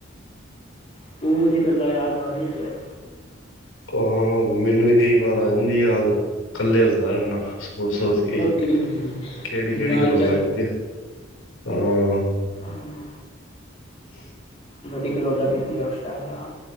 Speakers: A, on the left; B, on the left.
A: ਸਕੂਲ ਦੀਆਂ ਗੱਲਾਂ ਯਾਦ ਆ ਰਹੀਆਂ ਜੇ ਅੱਜ।
B: ਹਾਂ, ਮੈਨੂੰ ਵੀ ਕਈ ਵਾਰ ਆ ਜਾਂਦੀ ਯਾਦ ਕੱਲਾ ਹੱਸਦਾ ਰਹਿਨਾ ਸੋਚ-ਸੋਚ ਕੇ,
A: ਹੋਰ ਕੀ ਦਿਮਾਗ
B: ਕਿਹੜੀ-ਕਿਹੜੀ ਕਲੋਲਾਂ ਕੀਤੀਆਂ। ਹਾਂ
A: ਹੁਂ
B: <inaudible>
A: ਵਡੀ ਕਲੋਲਾਂ ਕੀਤੀਆਂ ਉਸ ਟੈਮ ਯਾਰ।